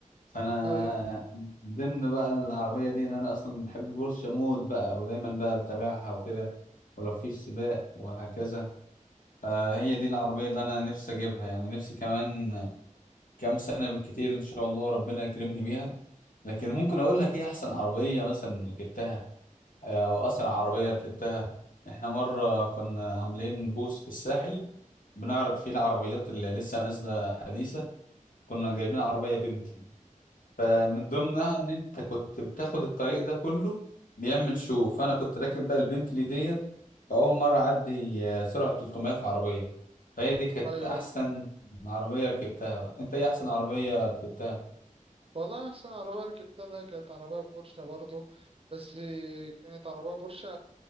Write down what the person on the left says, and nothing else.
فانا
ضمن بقى العربية دي ان انا اصلا بحب بورشة مود بقى ودايما بقى بتابعها وكده ولو فيش سباق وهكذا فهي دي العربية اللي أنا نفسي أجيبها يعني نفسي كمان كام سنة بالكتير إن شاء الله ربنا يكرمني بيها لكن ممكن أقول لك إيه أحسن عربية مثلا ركبتها آه، أو أسرع عربية ركبتها إحنا مرة كنا عاملين بوث في الساحل بنعرض فيه العربيات اللي لسه نازلة حديثة كنا جايبين عربية بنتلي فمن
ضمنها ان انت كنت بتاخد الطريق ده كله بيعمل شو فانا كنت راكب بقى البنتلي ديت فاول مره اعدي آه، سرعه 300 في عربيه فهي دي كانت
احسن عربيه ركبتها بقى انت ايه احسن عربيه ركبتها